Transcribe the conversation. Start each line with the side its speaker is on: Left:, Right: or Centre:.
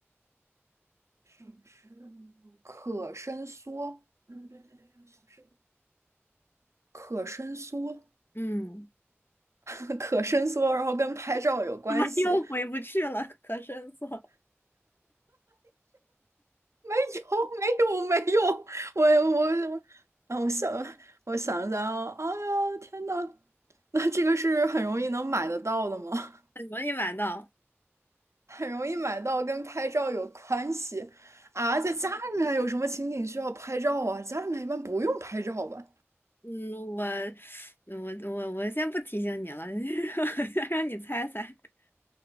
Right: 省时的那种可伸缩，嗯，对对对，有小时的可伸缩，
Left: <laughs> 嗯。
Right: <laughs> 可伸缩，然后跟拍照有关系？
Left: 啊，又回不去了，可申色，
Right: 没有，没有，没有，我我我，啊，我想，我想想啊，哎呀，天呐，那这个是很容易能买得到的吗？
Left: 很容易买到。
Right: <laughs> 很容易买到，跟拍照有关系啊？在家里面有什么情景需要拍照啊？家里面一般不用拍照吧？
Left: 嗯，我，我，我，我先不提醒你了，<laughs> 先让你猜猜。